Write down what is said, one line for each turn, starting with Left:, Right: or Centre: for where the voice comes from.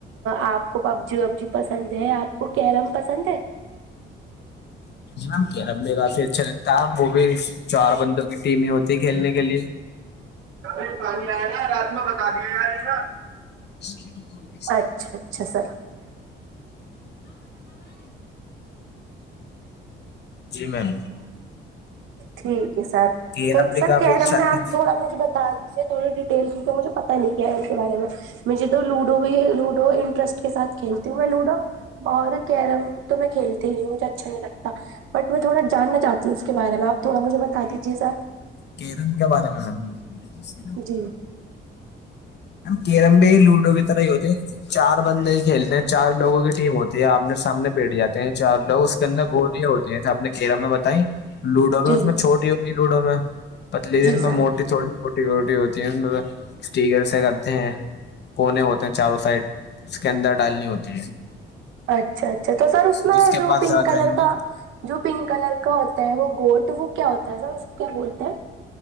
Right: آپ کو پب جی وبجی پسند ہے آپ کو کیرم پسند ہے
Left: میم کیرم میں کافی اچھا لگتا ہے وہ بھی چار بندوں کی ٹیم ہی ہوتی ہے کھیلنے کے لیے
Right: گ پانی آیا جا ہے رات میں بتا دیا یار ہے نا
Left: جچ
Right: اچھا اچھا سر
Left: جی میم
Right: ٹھیک ہے سر
Left: کیرم
Right: تو
Left: بھی
Right: سر
Left: کافی
Right: کیرم
Left: اچھا
Right: میں آپ
Left: کھیل
Right: تھوڑا مجھے ب تجیز ہے تھوڑی ڈیٹیل کیکہ مجھے پتا نہیں کیا ہے ان کے بارے میں مجھے تو لوڈو بھی لوڈو انٹرسٹ کے ساتھ کھیلتی ہوں میں لوڈو اور کیرم تو میں کھیلتی ہی ہوں مجھے اچھا نہیں لگتا بٹ میں تھوڑا جاننا چاہتی ہوں اس کے بارے میں آپ تھوڑا مجھے بتا دیجیے سر
Left: کییدم کے بارے میں سر
Right: جی
Left: کیرم بھی لوڈو بھی طرح ہی ہوتے چار بندے ہی کھیلتے ہیں چار لوگوں کی ٹیم ہوتی ہے آپنے سامنے پیٹ جاتی چار لوگ اس کے اندر گوٹیاں ہوتی ہیں آپ نے کیرم میں بتائی لوڈو میں
Right: جی
Left: اس میں چھوٹی ہوتی لوڈو میں پتلی
Right: جی
Left: دی ت
Right: سر
Left: میں موٹی تھوڑی چوٹی کوھوٹی ہوتی ہے اس میں اسٹییکر سے کرتے ہیں کونے ہوتے چاروں سائڈ اس کے اندر ڈالنی ہوتی ہے
Right: اچھا اچھا تو سر اس میں
Left: جس کے
Right: جو
Left: پاس
Right: پنک
Left: زیادہ
Right: کلر
Left: آئیں
Right: کا
Left: گی
Right: جو پنک کلر کا ہوتا ہے وہ گوٹ وہ کیا ہوتا ہے سر اس کو کیا بولتے ہیں